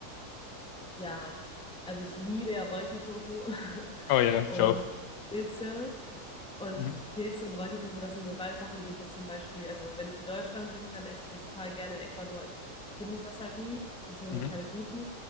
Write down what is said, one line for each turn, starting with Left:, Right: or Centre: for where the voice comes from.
Centre: Ja, also ich liebe ja Räuchertofu <laughs>
Left: Oh ja,
Centre: und
Left: ich auch.
Centre: Pilze und
Left: Mhm.
Centre: Pilze und Räuchertofu, das sind beide Sachen, die ich jetzt zum Beispiel, also wenn ich in Deutschland bin, dann esse ich das total gerne. In Ecuador ich, finde ich das halt nie, beziehungsweise
Left: Mhm.
Centre: keine guten.